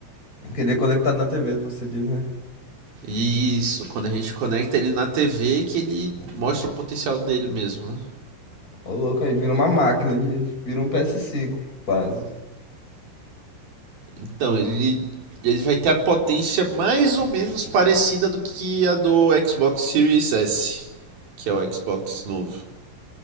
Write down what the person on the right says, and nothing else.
Isso, quando a gente conecta ele na TV, que ele mostra o potencial dele mesmo, né?
Então, ele, ele vai ter a potência mais ou menos parecida do que a do Xbox Series S, que é o Xbox novo.